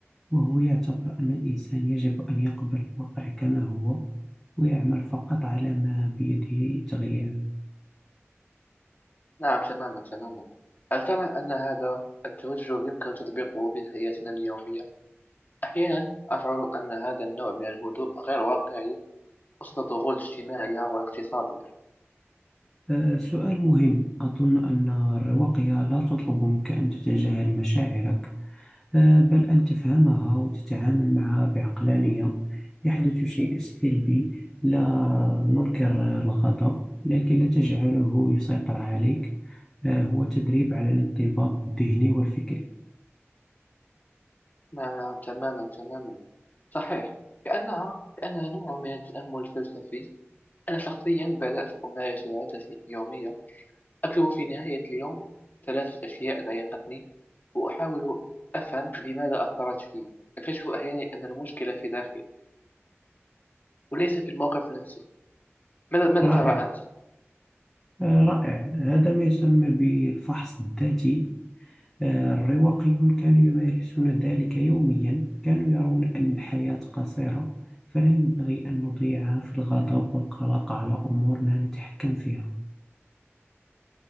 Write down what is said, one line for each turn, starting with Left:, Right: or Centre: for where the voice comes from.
Centre: وهو يعتبر أن الإنسان يجب أن يقبل الواقع كما هو ويعمل فقط على ما بيده تغييره
Left: نعم تماما تماما هل ترى أن هذا التوجه يمكن تطبيقه في حياتنا اليومية؟ أحيانا أشعر أن هذا النوع من الهدوء غير واقعي وسط الضغوط الاجتماعية والاقتصادية
Centre: آه، سؤال مهم أظن أن الرواقية لا تطلب منك أن تتجاهل مشاعرك آه، بل أن تفهمها وتتعامل معها بعقلانية يحدث شيء سلبي لا ننكر الغضب لكن لا تجعله يسيطر عليك آه، هو تدريب على الانضباط الذهني والفكري
Left: نعم نعم تماما تماما صحيح كأنها كأنها نوع من التأمل الفلسفي أنا شخصيا بدأت أمارس عادة يومية أكتب في نهاية اليوم ثلاثة أشياء ضايقتني وأحاول أفهم لماذا أثرت في أكتشف أحيانا أن المشكلة في داخلي وليس في الموقف نفسه ماذا ماذا
Centre: رائع
Left: ترى أنت؟
Centre: آه، رائع هذا ما يسمى بالفحص الذاتي آه، الرواقيون كانوا يمارسون ذلك يوميا كانوا يرون أن الحياة قصيرة فلا ينبغي أن نضيعها في الغضب والقلق على أمور لا نتحكم فيها